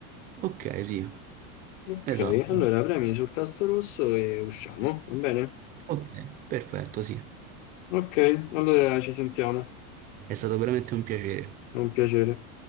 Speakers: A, on the right; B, on the left.
A: ok, sì,
B: Ok,
A: esatto.
B: allora premi sul tasto rosso e usciamo, va bene?
A: Ok, perfetto, sì.
B: Ok, allora ci sentiamo.
A: È stato veramente un piacere.
B: È un piacere.